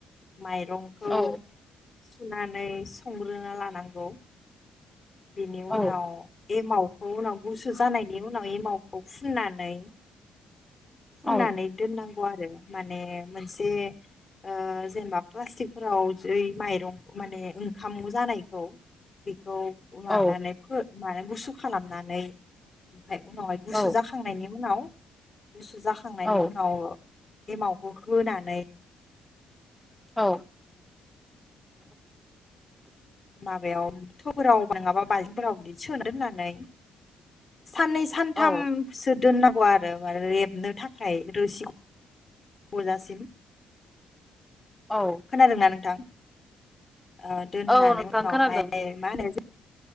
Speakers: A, on the left; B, in the centre.
A: माइरंखौ
B: औ
A: सुनानै संग्रोना लानांगौ। बेनि उनाव
B: औ
A: एमाव खौ उनाव गुसु जानायनि उनाव एमावखौ फुननानै फुननानै
B: औ
A: दोननां गौ आरो माने मोनसे ओ जेनेबा प्लास्टिकफोराव जै माइरं माने ओंखाम जानायखौ बेखौ मानानै
B: औ
A: फो मानो गुसु खालामनानै ओमफ्राय उनावहाय गुसु
B: औ
A: जाखांनायनि उनाव <inaudible> गुसु जाखांनायनि
B: औ
A: उनाव एमावखौ होनानै
B: औ
A: माबायाव थौफोराव नङाबा बालथिं फोराव <unintelligible> सोना दोननानै साननै सानथामसो
B: औ
A: दोननां गौ आरो माने रेबनो थाखाय रोसि गजासिम।
B: औ
A: खोनादों ना नोंथां? ओ दोननानै
B: औ नोंथां
A: उनावहाय
B: खोनादों
A: मा होनो